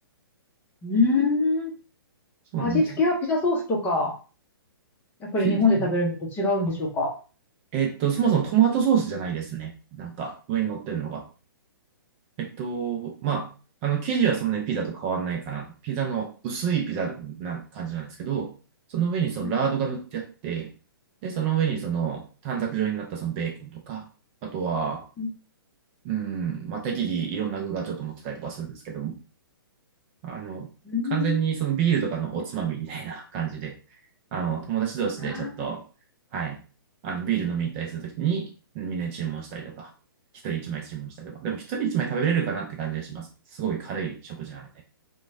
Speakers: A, on the left; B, on the right.
A: うんうーん。
B: そうなんです。
A: 味付けはピザソースとかやっぱり日本で食べるのと違うんでしょうか
B: ピザ。えっと、そもそもトマトソースじゃないですね。なんか、上に乗ってるのが。えっと、まあ、あの、生地はそんなにピザと変わんないかな。ピザの薄いピザな感じなんですけど、その上にそのラードが塗ってあって、
A: うん
B: で、その上にその短冊状になったそのベーコンとか、
A: うん
B: あとは、
A: うん
B: うん、まあ、適宜いろんな具がちょっと持ってたりとかするんですけども、あの、
A: うん
B: 完全にそのビールとかのおつまみみたいな感じで、あの、友達同士でちょっと、
A: あ
B: はい、あの、ビール飲み行ったりするときに、みんなに注文したりとか、一人一枚注文したりとか、でも一人一枚食べれるかなって感じがします。すごい軽い食事なので。